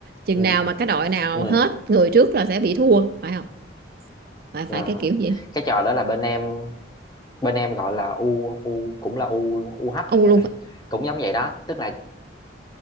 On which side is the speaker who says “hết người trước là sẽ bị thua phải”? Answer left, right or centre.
Right